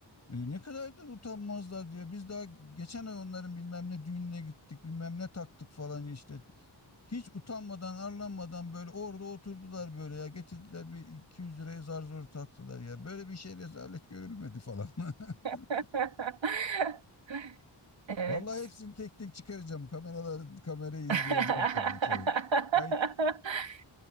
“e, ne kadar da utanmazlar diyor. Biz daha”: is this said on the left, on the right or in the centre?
Left